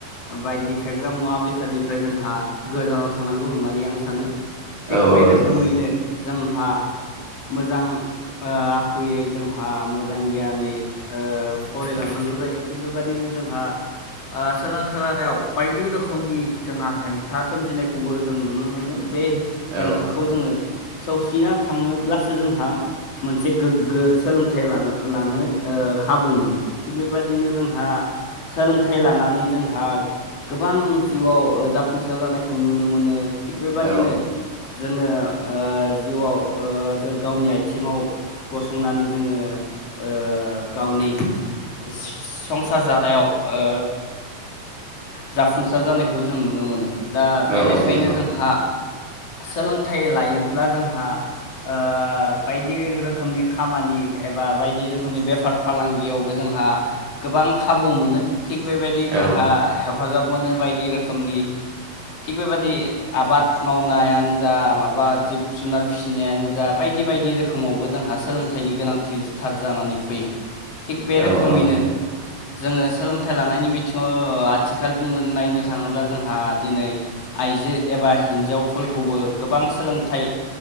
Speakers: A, on the left; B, on the right.
A: बायदि फेग्रा मुवा बेसादनिफ्राय जोंहा गोजानाव थानांगौ होननानै आं सानो थिग
B: औ औ
A: बे रोखोमैनो
B: नंगौ
A: जोंहा मोजां ओ आखुयै जोंहा मोजां गियानै ओ फरायलांनांगौ जायो थिग बेबादिनो जोंहा ओ सोलों थेलारायाव बायदि रोखोमनि जोंहा हेंथा सोमजिनायखौबो जों नुनो मोनो बे
B: औ
A: हेंथाखौ जोङो सौसिना थाङोब्लासो जोंहा मोनसे गोग्गो सोलोंथाइ लानो लानो ओ खाबु मोनो थिग बेबायदिनो जोंहा सोलोंथाइ लानानै जोंहा गोबां जिउआव जाफुंसार जानायखौ नुनो मोनो थिग बेबादिनो
B: औ
A: जोङो ओ जिउआव ओ ज गावनि आथिङाव गसंनानै जोङो ओ गावनि सिस संसार जानायाव ओ जाफुंसार जानायखौ जों नुनो मोनो दा बे
B: औ
A: लेखायैनो
B: औ नंगौ औ नंगौ
A: जोंहा सोलोंथाइ लायो ब्ला जोंहा ओ बायदि रोखोमनि खामानि एबा बायदि रोखोमनि बेफार फालांगियावबो जोंहा गोबा गोबां खाबु मोनो थिग बेबायदि
B: औ
A: जोंहा हेफाजाब मोनो बायदि रोखोमनि थिग बेबायादि आबाद मावनायानो जा माबा जिब जुनार फिसिनायानो जा बायदि बायदि बायदि रोखोमावबो जोंहा सोलोंथाइनि गोनांथिथार जानानै फैयो थिग बे
B: औ
A: रोखोमैनो
B: औ
A: जोङो सोलोंथाइ लानायनि बिथ थिङाव आथिखाल बुंनो नायनो थाङोब्ला जोंहा दिनै आइजो एबा हिनजावफोर खौबो गोबां सोलोंथाइ